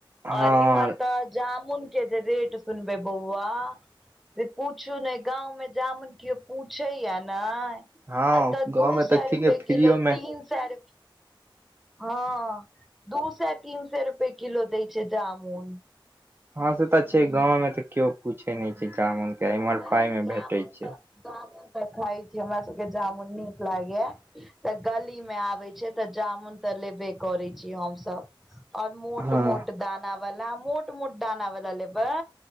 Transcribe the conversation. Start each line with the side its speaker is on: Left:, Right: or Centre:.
Centre: और
Right: हँ
Centre: इम्हर त जामून के जे रेट सुनबै बौआ से पूछू ने गाँंव में जामुन केओ पूछे या ने
Right: हँ
Centre: अतऽ
Right: गाँव
Centre: दू
Right: मे
Centre: सै
Right: तऽ ठीके
Centre: रुपे
Right: फ्रीयो
Centre: किलो
Right: मे
Centre: तीन सै रु हँ दू सै तीन सै रुपए किलो दै छै जामुन
Right: हँं से तऽ छै गांव में तऽ केओ पूछे नइ छै जामुन के इम्हर
Centre: पर
Right: पाई में
Centre: जामुन
Right: भेटे छै
Centre: तऽ जामुन तऽ खाइ छी हमरा सबके जामुन नीक लागैया तऽ गली में आबे छै तऽ जामुन तऽ लेबे करे छै। छी हम सब और मोट
Right: हँ
Centre: मोट दाना। वाल मोट मोट दाना वाला लेबै